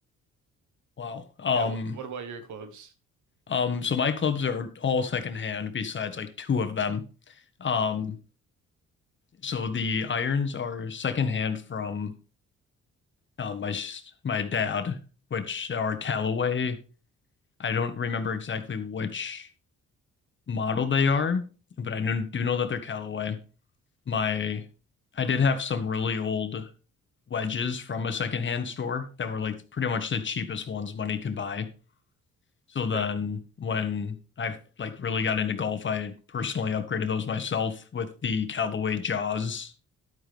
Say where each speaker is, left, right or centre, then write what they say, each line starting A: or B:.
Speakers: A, on the left (about 40°); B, on the right (about 75°).
A: Wow. Um,
B: Yeah, what, what about your clubs?
A: um, so my clubs are all secondhand besides like two of them. Um, So the irons are secondhand from uh, my s- my dad, which are Callaway. I don't remember exactly which model they are, but I kn- do know that they're Callaway. My I did have some really old wedges from a secondhand store that were like pretty much the cheapest ones money could buy. So then
B: Okay.
A: when I like really got into golf, I personally upgraded those myself with the Callaway Jaws